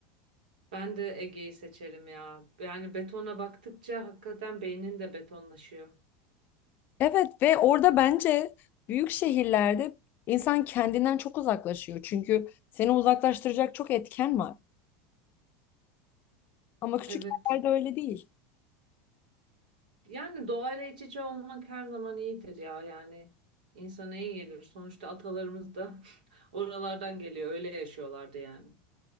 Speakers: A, on the right; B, on the left.
A: Ben de Ege'yi seçerim ya. Yani betona baktıkça hakikaten beynin de betonlaşıyor.
B: Evet ve orada bence büyük şehirlerde insan kendinden çok uzaklaşıyor. Çünkü seni uzaklaştıracak çok etken var. Ama küçük
A: Evet.
B: yerlerde öyle değil.
A: Yani doğayla iç içe olmak her zaman iyidir ya yani insana iyi gelir. Sonuçta atalarımız da <laughs> oralardan geliyor öyle yaşıyorlardı yani.